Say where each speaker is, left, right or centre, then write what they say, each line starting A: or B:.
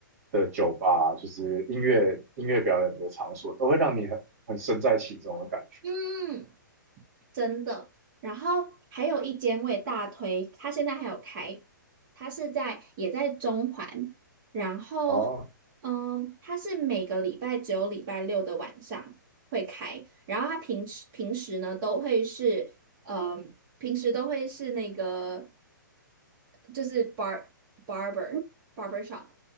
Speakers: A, on the right (about 45°); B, on the right (about 25°).
A: 的酒吧啊，就是音乐音乐表演的场所，都会让你很很身在其中的感觉。
B: 嗯。真的。然后还有一间我也大推，它现在还有开，它是在也在中环，然后
A: 哦
B: 嗯，它是每个礼拜只有礼拜六的晚上会开，然后它平时平时呢都会是嗯，平时都会是那个就是 bar barber barber shop